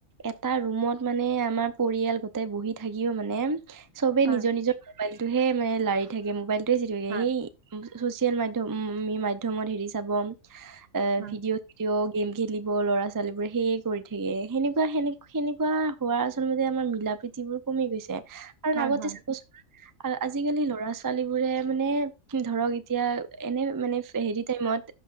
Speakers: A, on the right; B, on the right.
A: এটাৰ ৰুমত মানে আমাৰ পৰিয়াল গোটে বহি থাকিও মানে চবেই
B: হয়
A: নিজৰ নিজৰ মোবাইলটোহে মানে লাৰি থাকে মোবাইলটোহে চিট থাকে
B: হয়
A: সেই ছ'চিয়েল মাধ্যম উম, উম, মাধ্যমত হেৰি চাব। অ'
B: হয়
A: ভিডিঅ' চিডিঅ গেম খেলিব ল'ৰা ছোৱালী বোৰে সেয়ে কৰি থাকে সেনেকুৱা সেনে সেনেকুৱা হোৱা আচলতে আমাৰ মিলা প্ৰীতি যিবোৰ কমি গৈছে, কাৰণ
B: হয়
A: আগতে
B: হয়
A: চাবচোন আ আজিকালি ল'ৰা ছোৱালী বোৰে মানে ধৰক এতিয়া এনে মানে হেৰি টাইমত